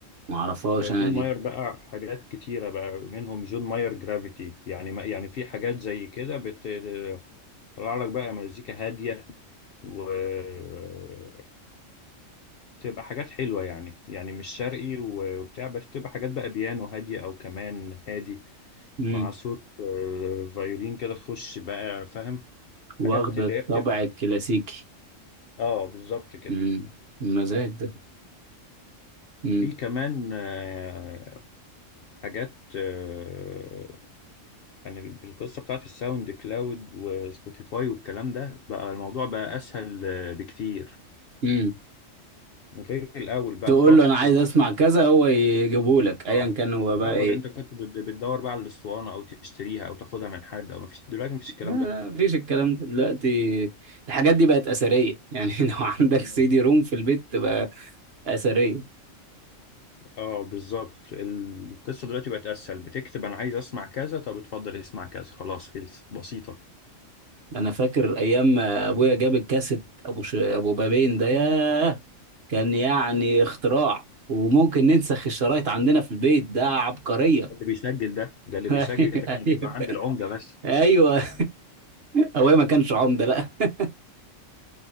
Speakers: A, on the right; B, on the left.
A: معرفهاش
B: ده جون
A: انا دي
B: ماير بقى حاجات كتيرة بقى منهم جون ماير جرافيتي يعني ما يعني في حاجات زي كده بتطلع لك بقى مزيكا هادية وتبقى حاجات حلوة يعني يعني مش شرقي وبتاع بس بتبقى حاجات بقى بيانو هادية أو كمان هادي
A: امم
B: مع صوت آه، فيولين كده تخش بقى فاهم
A: واخدة
B: حاجات اللي
A: الطبع
B: هي بتبقى
A: الكلاسيكي
B: اه بالظبط كده
A: امم المزاج ده امم
B: في كمان آه، حاجات آه، يعني القصة بتاعت الساوند كلاود وسبوتيفاي والكلام ده بقى الموضوع بقى أسهل آه، بكتير
A: امم
B: غير الأول بقى
A: تقول
B: بتقعد
A: له انا عايز
B: كنت
A: اسمع كذا هو يجيبه لك ايا
B: اه
A: كان هو
B: الأول
A: بقى ايه
B: أنت كنت بت- بتدور بقى على الأسطوانة أو تشتريها أو تاخدها من حد أو مفيش دلوقتي مفيش الكلام
A: لا لا، مفيش الكلام ده دلوقتي الحاجات دي بقت اثرية يعني <laughs> لو عندك
B: ده
A: سي دي روم في البيت تبقى اثرية
B: اه بالظبط القصة دلوقتي بقت اسهل بتكتب انا عايز اسمع كذا طب اتفضل اسمع كذا خلاص خلصت بسيطة
A: انا فاكر ايام ما ابويا جاب الكاسيت ابو ش... ابو بابين ده ياه كان يعني اختراع وممكن ننسخ الشرايط عندنا في البيت ده عبقرية
B: اللي بيسجل ده ده اللي بيسجل
A: <laughs>
B: ده كان
A: ايوه
B: بيبقى عند العمدة بس
A: ايوه ابويا ما كانش عمدة لا <laughs>